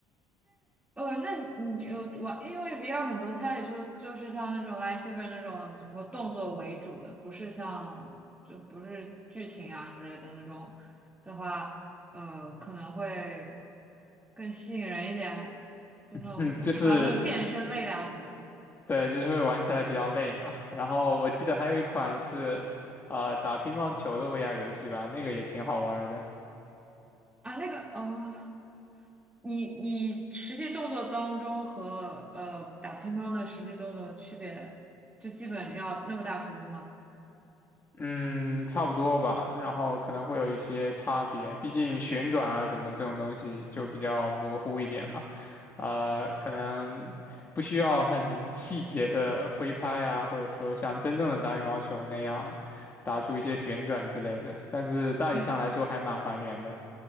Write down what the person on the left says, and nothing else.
<laughs> 嗯，就是对，就是会玩起来比较累嘛。然后我记得还有一款是，呃，打乒乓球的 VR 游戏吧，那个也挺好玩儿的。
嗯，差不多吧。然后可能会有一些差别，毕竟旋转啊什么这种东西就比较模糊一点嘛。呃，可能不需要很细节的挥拍啊，或者说像真正的打羽毛球那样打出一些旋转之类的。但是大体上来说还蛮还原的。